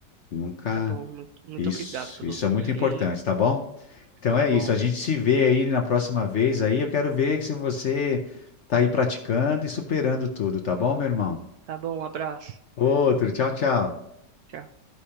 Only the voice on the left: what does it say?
Nunca.
Isso,
isso
é muito importante, tá bom? Então
é
isso. A gente se vê aí na próxima vez aí. Eu quero ver se você tá aí praticando e superando tudo, tá bom, meu irmão?
Outro, tchau, tchau.